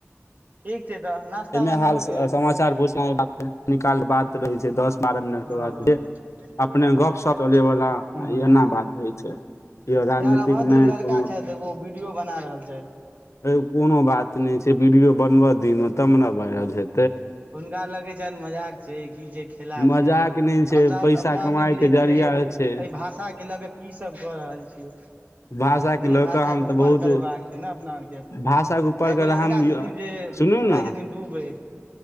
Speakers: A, on the right (about 35°); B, on the left (about 75°).
A: ठीक छै, तऽ ना नाश्ता
B: एहिमे
A: पानी
B: हाल
A: भऽ
B: समाचार
A: गेल
B: पूछनाइ बात निकाल बात रहै छै दस बारह मिनट के
A: ओ।
B: बाद
A: <unintelligible>
B: जे अपने गप सप चले वाला
A: ह,
B: एना
A: ह।
B: बात होइ छै य राजनीतिक
A: यार अभद्र
B: नहि
A: लड़का
B: कोनो
A: छै, ओ वीडियो बना रहल छै।
B: ह, कोनो बात नहि छै, वीडियो बनबऽ दिहीन तब ने भएल छै।
A: हुनका लगै छान मजाक छै, की खिलाफ
B: मजाक
A: छै,
B: नहि छै
A: हमसभ
B: पैसा
A: अपना
B: कमाय
A: नै बुझे
B: के जरिया
A: छै जे एहि एहि
B: छै
A: भाषाके लऽ के। की सभ भऽ रहल छियै।
B: भाषा
A: मैथिली
B: के लऽ
A: भाषाके
B: कऽ हम तऽ
A: ऊपर
B: बहुत
A: करेबाक छै, ने अपना आरके,
B: भाषा के ऊपर
A: आ एगो
B: के
A: लड़का
B: हम
A: छथिन जे जाई
B: सुनू ने
A: छथिन दुबई।